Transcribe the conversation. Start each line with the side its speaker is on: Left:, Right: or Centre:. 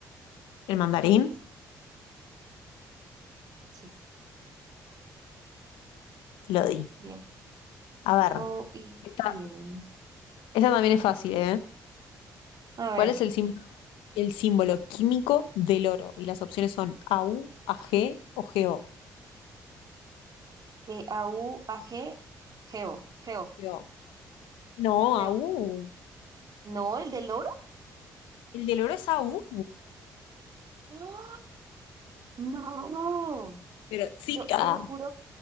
Left: el mandarín,
Right: Sí,
Left: lo di.
Right: bien,
Left: A ver,
Right: muy
Left: esta,
Right: bien.
Left: esta también es fácil, ¿eh?
Right: A
Left: ¿Cuál
Right: ver,
Left: es el símbolo, el símbolo químico del oro? Y las opciones son AU, AG o GO.
Right: eh, A, U, A, G, Geo, Geo,
Left: O o G O. No,
Right: Geo.
Left: AU.
Right: No, el del oro.
Left: El del oro es AU.
Right: No, no.
Left: Pero chica,
Right: Yo te lo juro